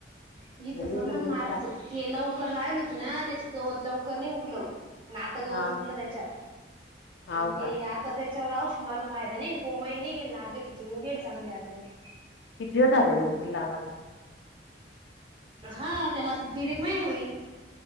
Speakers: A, on the right; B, on the left.
A: तीथ
B: निंदून
A: जमन
B: नाही
A: मारयचो
B: काय
A: ते लवकर लावल होती ना त्याच्यात गवत लवकर नाही उगल. आणि आता गवत
B: हा
A: उगलं त्याच्यात
B: हाव
A: मग ते
B: का
A: आता ते त्याच्यावर औषध मारून फायदा नाही को म निघेल ना आद्रकीचे उघेल चांगले आद्रक.
B: किती दिवस झाले होलसे ल लावाला.
A: हा त्याला आता दीड एक महिना होईल.